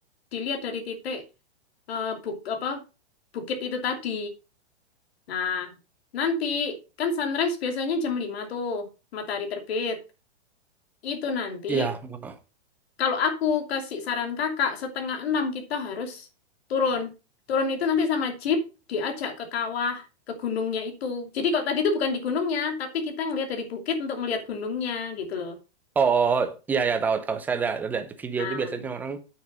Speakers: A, on the left; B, in the centre.
A: dilihat dari titik eh, buk apa bukit itu tadi. Nah, nanti kan sunrise biasanya jam 5 tuh matahari terbit. Itu nanti
B: Iya. heeh.
A: kalau aku kasih saran kakak setengah enam kita harus turun. Turun itu nanti sama jeep diajak ke kawah ke gunungnya itu. Jadi kalau tadi itu bukan di gunungnya, tapi kita ngelihat dari bukit untuk melihat gunungnya gitu loh.
B: Oh, oh, iya ya tahu tahu. Saya ada, ada lihat video
A: Nah,
B: itu biasanya orang